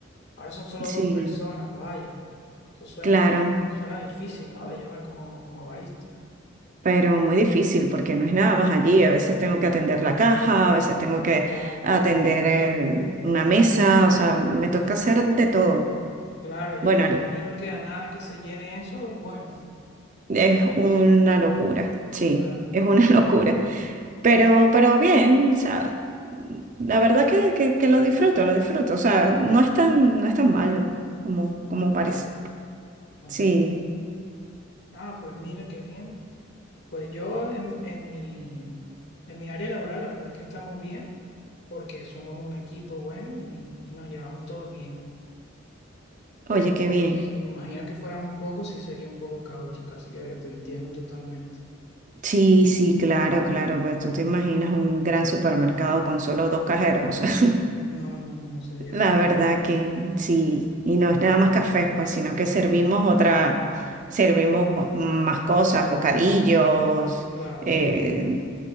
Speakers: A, on the left (about 60°); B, on the right (about 40°).
A: Ahora son solo
B: Sí,
A: dos personas, vaya. Eso suena,
B: claro.
A: suena difícil, ¿no? De llevar como, como barista.
B: pero muy difícil porque no es nada más allí. A veces tengo que atender la caja, a veces tengo que
A: Claro,
B: atender
A: claro,
B: eh, una mesa, o sea, me toca hacer de todo.
A: claro, yo
B: Bueno,
A: me
B: el-
A: imagino que a nada que se llene eso, bueno,
B: es una locura, sí,
A: claro,
B: es una <laughs> locura, pero, pero bien, o sea, la verdad que, que, que lo disfruto, lo disfruto, o sea, no es tan, no es tan malo como, como
A: ok,
B: parece.
A: entiendo.
B: Sí,
A: Ah, pues mira, qué bien. Pues yo en, en mi, en mi área laboral, la verdad es que estamos bien, porque somos un equipo bueno y, y nos llevamos todos bien. Pero
B: oye, qué bien.
A: si me imagino que fuéramos pocos, sí sería un poco caótico, así que te entiendo totalmente.
B: Sí, sí, claro, claro, pues tú te imaginas
A: Ujú.
B: un gran supermercado con solo dos cajeros. <laughs>
A: No, no, no, no sería.
B: La verdad que sí, y no es nada
A: no.
B: más café, pues, sino que servimos otra, servimos más cosas, bocadillos,
A: Claro,
B: eh,